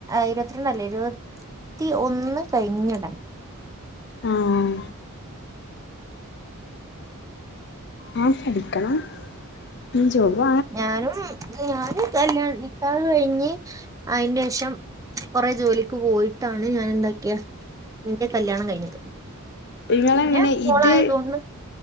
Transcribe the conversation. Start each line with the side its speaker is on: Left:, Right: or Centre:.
Right: ഇരുപത്തിരണ്ടല്ല ഇരുപ ത്തി ഒന്ന് കഴിഞ്ഞെടെ
Left: ആഹ് ആഹ് ആഹ് പഠിക്കണം ഇൻ ചൊവ്വാ
Right: ഞാനും ഞാന് കല്യാണ നിക്കാഹ് കഴിഞ്ഞ് അയിന്റെ ശേഷം കൊറേ ജോലിക്ക് പോയിട്ടാണ് ഞാൻ ഇണ്ടാക്കിയെ നിന്റെ കല്ല്യാണം കഴിഞ്ഞത്
Left: ഇങ്ങളെയെങ്ങനെ
Right: പിന്നെ മോളായതുകൊണ്ട്
Left: ഇത്